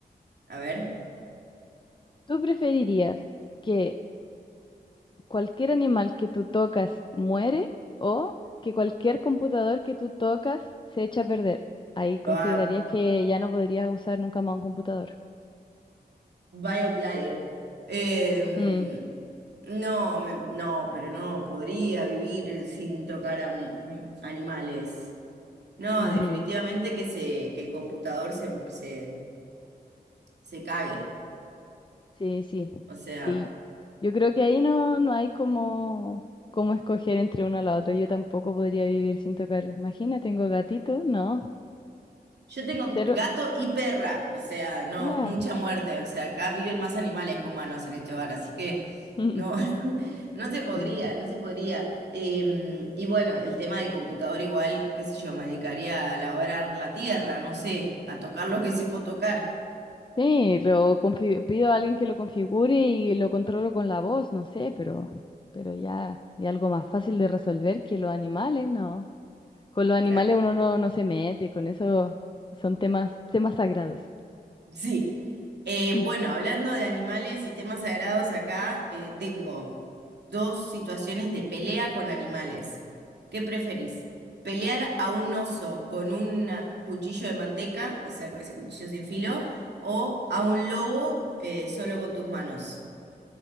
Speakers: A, on the right; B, on the left.
A: A ver,
B: ¿Tú preferirías que cualquier animal que tú tocas muere o que cualquier computador que tú tocas se echa a perder. Ahí considerarías
A: va,
B: que ya no podrías usar nunca más un computador.
A: BioGlide. Em,
B: Ujú,
A: no, me- no, pero no, podría vivir sin tocar a m- animales. No,
B: ujú.
A: definitivamente que, se, que el computador se, se, se cague.
B: Sí, sí,
A: O sea.
B: sí. Yo creo que ahí no, no hay como, como escoger entre una a la otra. Yo tampoco podría vivir sin tocar. Imagina, tengo gatito, no.
A: Yo tengo
B: Cero.
A: gato y perra, o sea, no,
B: Ah.
A: mucha muerte, o sea, acá viven más animales que humanos en este hogar, así que
B: <laughs>
A: no, <laughs> no se podría,
B: Sí.
A: no se podría. Em, y bueno, el tema del computador igual, qué sé yo, me dedicaría a labrar la tierra, no sé, a tocar lo que sí puedo tocar.
B: Sí, lo confi- pido a alguien que lo configure y lo controlo con la voz, no sé, pero, pero ya es algo más fácil de resolver que los animales, ¿no? Con los animales
A: Claro.
B: uno no, no se mete, con eso son temas, temas sagrados.
A: Sí. Eh,
B: <laughs>
A: bueno, hablando de animales y temas sagrados acá, eh, tengo dos situaciones de pelea con animales. ¿Qué preferís? ¿Pelear a un oso con un cuchillo de manteca, o sea, con ese cuchillo sin filo, o a un lobo eh, solo con tus manos?